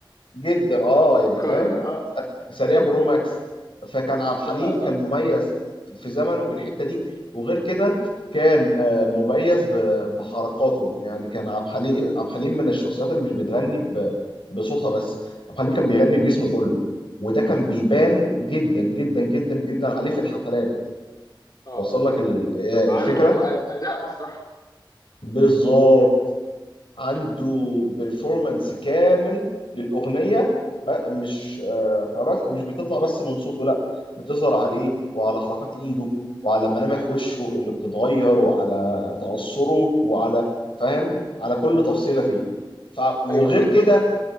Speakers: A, on the left; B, on the left.
A: جدا اه
B: مش
A: يعني
B: مقارنة
A: فاهم
B: اه
A: س- سريع برو ماكس فكان عبد الحليم
B: جدع صح
A: كان مميز في زمنه بالحته دي وغير كده كان آه، مميز ب- بحركاته يعني كان عبد الحليم عبد الحليم من الشخصيات اللي مش بتغني ب- بصوتها بس عبد الحليم كان بيغني
B: مم.
A: بجسمه كله وده كان بيبان جدا جدا جدا جدا عليه في الحفلات
B: اه
A: وصل لك ال- آه،
B: عنده
A: الفكره
B: أ- اداء مسرحي
A: بالظبط عنده بيرفورمانس كامل للاغنيه ب- مش آه، فبس مش بتطلع بس من صوته لا بتظهر عليه وعلى حركات ايده وعلى ملامح وشه اللي بتتغير وعلى تعصره وعلى فاهم على كل تفصيله
B: مم.
A: فيه ف وغير
B: ايوه صح
A: كده